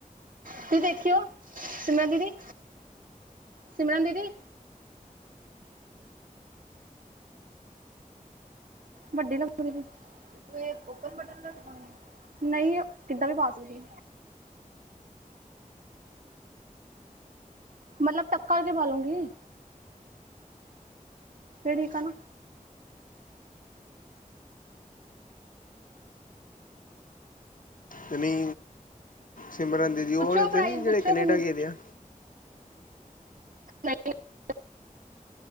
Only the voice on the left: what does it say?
ਐਕਚੁਲੀ ਸਿਮਰਨ ਦੀਦੀ ਉਹ
ਵਾਲੇ
ਤੇ ਨਹੀਂ ਜਿਹੜੇ
ਕੈਨੇਡਾ
ਗਏ ਦੇ ਹਾਂ।